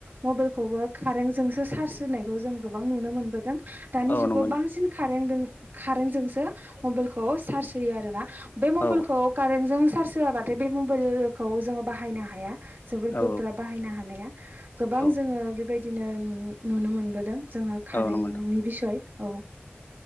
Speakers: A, on the right (about 50°); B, on the left (about 50°).
A: मबाइलखौबो कारेन्टजोंसो चार्ज होनायखौ जों गोबां नुनो मोनबोदों। दानि
B: औ
A: जुगाव
B: नंगौ
A: बांसिन कारेन्जों कारेन्टजोंसो मबाइलखौ चार्ज होयो आर ना। बे मबाइलखौ
B: औ
A: कारेन्टजों सार्ज होआबाथाय बे मबाइलखौ जोङो बाहायनो हाया। जोबोर
B: औ
A: गोब्राब बाहायनो हानाया गोबां
B: औ
A: जोङो बेबायदिनो नुनो मोनबोदों जोङो कारेन्टनि
B: औ नंगौ नोंथां
A: बिसय औ